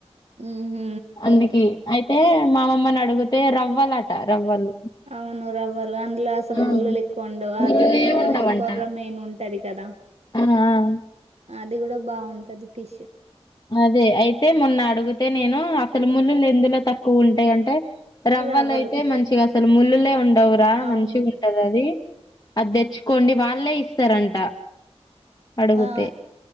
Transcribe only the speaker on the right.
ఉహు
అవును రవ్వలు అందులో అసలు
ముళ్ళలు ఎక్కువ ఉండవు
అదిను
కొర్రమెన్ ఉంటది కదా
అది కూడా బాగుంటది ఫిష్
రవ్వలు
అవును
ఆ